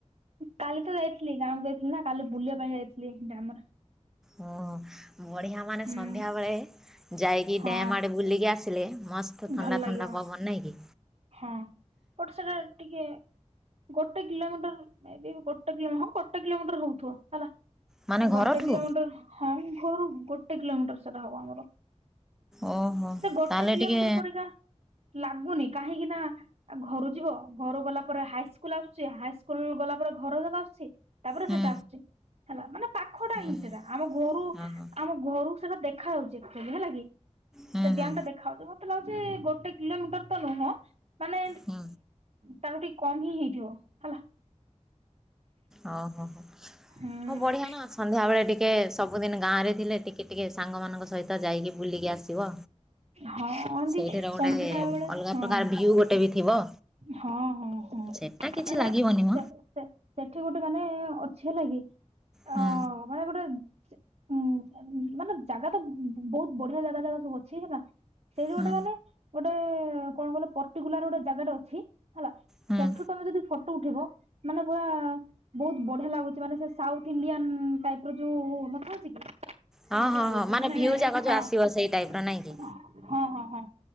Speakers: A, on the right; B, in the centre.
A: କାଲି ତ ଯାଇଥିଲି ଗାଁକୁ ଯାଇଥିଲି ନା କାଲି ବୁଲିବା ପାଇଁ ଯାଇଥିଲି ଡ଼୍ୟାମର
B: ଓ ହୋ ବଢିଆ ମାନେ
A: ହୁଁ
B: ସନ୍ଧ୍ୟାବେଳେ ଯାଇକି
A: ହଁ
B: ଡ୍ୟାମ୍ ଆଡେ ବୁଲିକି ଆସ ଥିଲେ ମସ୍ତ ଥଣ୍ଡା
A: ଭଲ ଲାଗିବ
B: ଥଣ୍ଡା ପବନ ନହିଁକି?
A: ହଁ ମତେ <unintelligible> ସେଟା ଟିକେ ଗୋଟେ କିଲୋମିଟର ଏବି ଗୋଟେ କିଲୋ ହଁ ଗୋଟେ କିଲୋମିଟର ହଉଥିବ ହେଲା।
B: ମାନେ ଘରଠୁ
A: ଗୋଟେ କିଲୋମିଟର ହଁ ଘରୁ ଗୋଟେ କିଲୋମିଟର ସେଟା ହବ ଆମର।
B: ଓହୋ
A: ସେ ଗୋଟେ
B: ତାହେଲେ
A: କିଲୋମିଟର
B: ଟିକେ
A: ପରିକା ଲାଗୁନି, କାହିଁକି ନା ଆ ଘରୁ ଯିବ ଘରୁ ଗଲା ପରେ ହାଇସ୍କୁଲ ଆସୁଛି, ହାଇ ସ୍କୁଲ ଗଲା ପରେ ଘର ଯକ ଆସୁଛି। ତାପରେ
B: ହୁଁ
A: ସେଟା ଆସୁଚି ହେଲା ମାନେ ପାଖଟା
B: ହୁଁ
A: ହିଁ
B: ହୁଁ
A: ସେଟା ଆମ ଘରୁ
B: ହଁ ହଁ।
A: ଆମ ଘରୁକୁ ସେଇଟା ଦେଖାଯାଉଚି ହେଲା କି
B: ହୁଁ
A: ସେ
B: ହୁଁ।
A: ଡ୍ୟାଙ୍କ ଟା ଦେଖା ଯାଉଚି। ମତେ ଲାଗୁ ଚି ଗୋଟେ କିଲୋମିଟର ତ ନୁହଁ, ମାନେ
B: ହଁ
A: ତାର ଟିକେ କମ ହିଁ ହେଇଥିବ ହେଲା।
B: ଓ ହୋ ହୋ
A: ହୁଁ
B: ହଁ ବଢିଆ ନା ସନ୍ଧ୍ୟାବେଳେ ଟିକେ ସବୁଦିନ ଗାଁ ରେ ଥିଲେ ଟିକେ କି ଟିକେ ସାଙ୍ଗ ମାନଙ୍କ ସହିତ ଯାଇକି ବୁଲିକି ଆସିବ।
A: ହଁ ଏମତି
B: ସେଇଠିର ଗୋଟେ
A: ସନ୍ଧ୍ୟା ବେଳେ
B: ଅଲଗା
A: ହଁ
B: ପ୍ରକାର ଭିଉ ଗୋଟେ ବି ଥିବ।
A: ହଁ ହଁ ହଁ
B: ସେଟା କିଛି
A: ମାନେ
B: ଲାଗିବନି ମ
A: ସେ ସେ ସେଠି ଗୋଟେ ମାନେ ଅଛି ହେଲାକି ଅ।
B: ହୁଁ
A: ମାନେ ଗୋଟେ ସେ ଉଁ ମାନେ ଜାଗା ତ ବହୁତ ବଢିଆ ଜାଗା, ଜାଗା ସବୁ ଅ ସେଇଠିନା ସେଇଠି
B: ହୁଁ
A: ଗୋଟେ ମାନେ ଗୋଟେ କଣ କହିଲ ପର୍ଟିକୁଲାର ଗୋଟେ ଜାଗାଟା ଅଛି। ହେଲା
B: ହୁଁ।
A: ସେଠୁ ତମେ ଯଦି ଫଟୋ ଉଠିବ, ମାନେ ପୁରା ବହୁତ ବଢିଆ ଲାଗୁଚି, ମାନେ ସେ ସାଉଥ ଇଣ୍ଡିଆନ ଟାଇପ ର ଯୋଉ ନଥାଉଛି କି
B: ହଁ
A: ସେମିତି
B: ହଁ
A: ରହୁଚି।
B: ହଁ
A: ମାନେ
B: ଭିଉ ଯାକ
A: ହଁ
B: ଯୋଉ ଆସିବ
A: ହଁ,
B: ସେଇ ଟାଇପ ର ନାଇଁ କି?
A: ହଁ, ହଁ